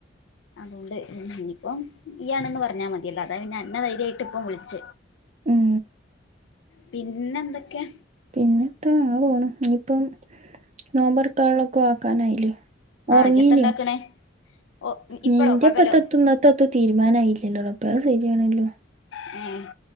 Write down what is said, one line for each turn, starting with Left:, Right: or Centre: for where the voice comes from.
Left: അതുകൊണ്ട് ഇനിയിപ്പം ഈയാണെന്ന് പറഞ്ഞാൽ മതിയല്ലോ അതാണ്അന്നെ ധൈര്യയിട്ട് ഇപ്പം വിളിച്ച.
Right: ഉം
Left: പിന്നെ എന്തൊക്കെയാ
Right: പിന്നെത്താ അങ്ങനെ പോണു ഇനിയിപ്പം നോബോ ർക്കാനുള്ളതൊക്കെ ആക്കാനായില്ലേ
Left: ആ
Right: ഒറങ്ങീനീ
Left: ഇജ്ജ് എത്താ ഇണ്ടാക്കണേ ഓ ഇപ്പളോ
Right: നിന്റെ
Left: പകലോ
Right: <unintelligible> ഇത്തത്ത് തീരുമാനമായില്ലല്ലോ റബ്ബേ അതു ശരിയാണല്ലോ
Left: ഹ്